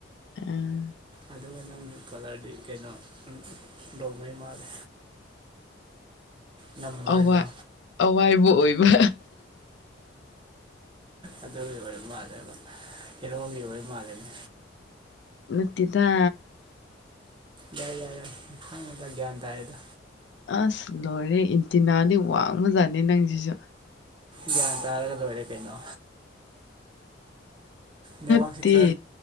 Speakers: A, on the left; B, on the right.
A: ꯎꯝ
B: ꯑꯗꯨꯒ ꯅꯪꯒꯤ ꯀꯂꯔꯗꯤ ꯀꯩꯅꯣ ꯔꯣꯡꯉꯩ ꯃꯥꯜꯂꯦ ꯅꯝꯕꯝꯕꯔ
A: ꯑꯋꯥ
B: ꯗꯣ
A: ꯑꯋꯥꯏꯕ ꯑꯣꯏꯕ
B: ꯑꯗꯨꯒꯤ ꯑꯣꯏ ꯃꯥꯜꯂꯦꯕ ꯍꯤꯔꯣꯟꯒꯤ ꯑꯣꯏꯕ ꯃꯥꯜꯜꯂꯤꯅꯦ
A: ꯅꯨꯠꯇꯗ
B: ꯌꯥꯏ ꯌꯥꯏ ꯈꯪꯉꯦꯗ ꯒ꯭ꯌꯥꯟ ꯇꯑꯗ
A: ꯑꯁ ꯂꯣꯏꯔꯦ ꯏꯟꯇꯤꯅꯥꯗꯤ ꯋꯥꯡꯃꯖꯥꯠꯅꯤ ꯅꯪꯁꯤꯁꯨ
B: ꯒ꯭ꯌꯥꯟ ꯇꯥꯔꯒ ꯂꯣꯏꯔꯦ ꯀꯩꯅꯣ ꯅꯦꯠꯋꯥꯛꯁꯦ
A: ꯠꯇꯦ
B: ꯈꯔ